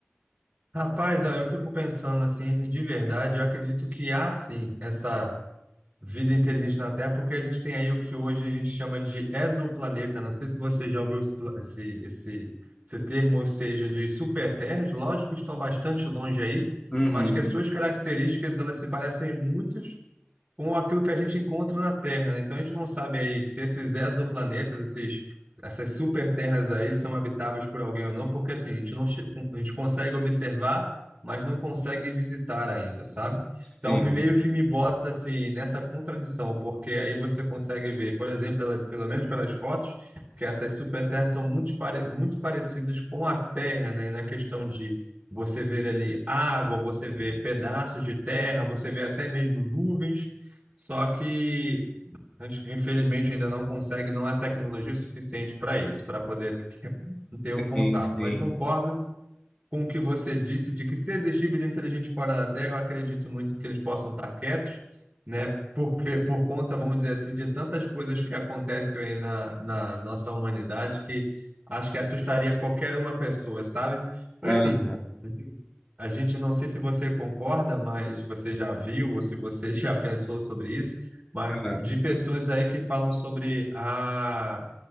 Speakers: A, on the right; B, on the left.
A: Rapaz, ó, eu fico pensando assim, de verdade, eu acredito que há sim essa vida inteligente na Terra, porque a gente tem aí o que hoje a gente chama de exoplaneta. Não sei se você já ouviu esse, pla- esse, esse, esse termo, ou seja, de superterras. Lógico que estão bastante longe aí,
B: Uhum.
A: mas que as suas características elas se parecem muito com aquilo que a gente encontra na Terra, né? Então a gente não sabe aí se esses exoplanetas, esses, essas superterras aí são habitáveis por alguém ou não, porque assim, a gente não, che- a gente consegue observar, mas não consegue visitar ainda, sabe?
B: Sim,
A: Então me meio que me bota assim nessa contradição, porque aí você consegue ver, por exemplo, pela, pelo menos pelas fotos, que essas superterras são muito, pare, muito parecidas com a Terra, né? Na questão de você ver ali água, você vê pedaços de terra, você vê até mesmo nuvens, só que a gente, infelizmente, ainda não consegue, não há tecnologia suficiente para isso, para poder <laughs> ter, ter
B: sim,
A: um contato.
B: sim.
A: Mas concordo com o que você disse de que se existir vida inteligente fora da Terra, eu acredito muito que eles possam estar quietos, né? Porque, por conta, vamos dizer assim, de tantas coisas que acontecem aí na, na nossa humanidade que acho que assustaria qualquer uma pessoa, sabe? Porque
B: Ah,
A: assim. A gente não sei se você concorda, mas você já viu ou se você <laughs> já pensou sobre isso, mas
B: ah.
A: de pessoas aí que falam sobre a,